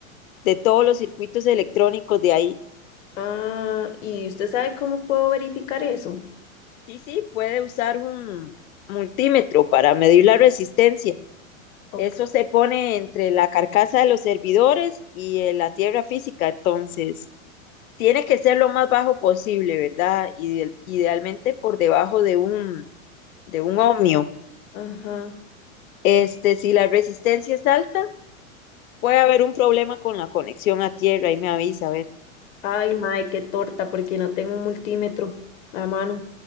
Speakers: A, on the left (about 75°); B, on the left (about 60°).
A: de todos los circuitos electrónicos de ahí.
B: Ah, ¿y usted sabe cómo puedo verificar eso?
A: Sí, sí, puede usar un multímetro para medir la resistencia.
B: Ok.
A: Eso se pone entre la carcasa de los servidores y eh, la tierra física, entonces tiene que ser lo más bajo posible, ¿verdad? Ide- idealmente por debajo de un, de un ohmio.
B: Ajá.
A: Este, si la resistencia es alta, puede haber un problema con la conexión a tierra, ahí me avisa, a ver.
B: Ay, mae, qué torta, porque no tengo un multímetro a mano.